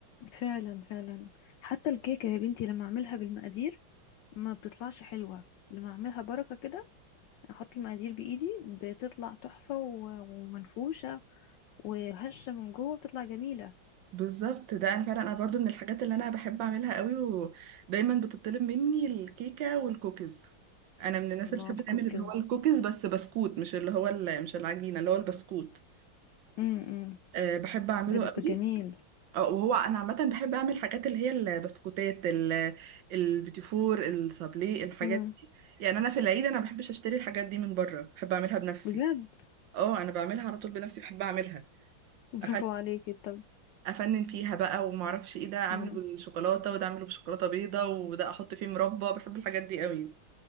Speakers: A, on the left; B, on the right.
A: فعلا فعلا حتى الكيكه يا بنتي لما اعملها بالمقادير ما بتطلعش حلوه لما اعملها بركه كده احط المقادير بايدي بتطلع تحفه و- ومنفوشه وهشه من جوه بتطلع جميله
B: بالظبط ده أنا فعلا أنا برضو من الحاجات اللي أنا بحب أعملها قوي ودايما بتطلب مني الكيكة والكوكيز أنا من الناس
A: الله
B: اللي بتحب
A: الكوكيز
B: تعمل اللي هو الكوكيز بس بسكوت مش اللي هو ال- مش العجينة اللي هو البسكوت
A: امم
B: أه بحب أعمله
A: ده بيبقى
B: قوي
A: جميل
B: اه وهو انا عامه بحب اعمل حاجات اللي هي البسكوتات ال- البيتيفور السابلي الحاجات
A: امم
B: دي يعني انا في العيد انا ما بحبش اشتري الحاجات دي من بره بحب اعملها بنفسي
A: بجد
B: اه انا بعملها على طول بنفسي بحب اعملها
A: برافو
B: افنن
A: عليكي طب
B: افنن فيها بقى وما اعرفش ايه ده اعمله
A: امم
B: بالشوكولاته وده اعمله بشوكولاته بيضه وده احط فيه مربى بحب الحاجات دي قوي